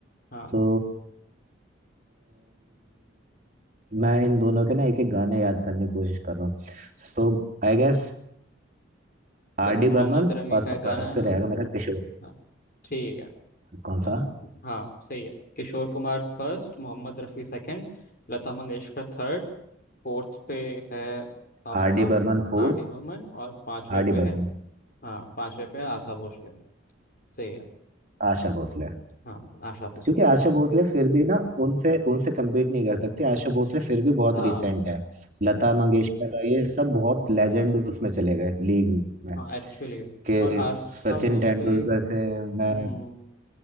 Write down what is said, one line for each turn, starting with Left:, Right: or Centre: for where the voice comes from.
Left: हाँ
Right: सो मैं इन दोनों के ना एक एक गाने याद करने की कोशिश कर रहा हूँ So I guess R
Left: जैसे
Right: D
Left: मोहम्मद
Right: Burman
Left: रफ़ी
Right: और
Left: का एक
Right: फर्स्ट
Left: गाना है ना
Right: पे रहेगा मेरा किशोर
Left: हाँ, ठीक है
Right: कौन
Left: अ,
Right: सा
Left: हाँ सही है Kishore Kumar first Mohammed Rafi second Lata Mangeshkar third fourth पे है आपका
Right: R D Burman fourth
Left: आर डी बर्मन और पांचवे
Right: R D
Left: पे
Right: Burman
Left: है हाँ पांचवे पे है आशा भोसले सही है
Right: Asha Bhosle
Left: हाँ आशा भोसले
Right: क्योंकि आशा भोसले फिर भी ना उनसे उनसे कम्पीट नहीं कर सकती आशा भोसले फिर भी बहुत
Left: हाँ
Right: रिसेंट है लता मंगेशकर ये सब बहुत लेजेंड उसमें चले गए लीग में
Left: हाँ एक्चुअली
Right: कि
Left: और आशा
Right: सचिन
Left: भोसले
Right: तेंदुलकर से
Left: हम्म
Right: मैं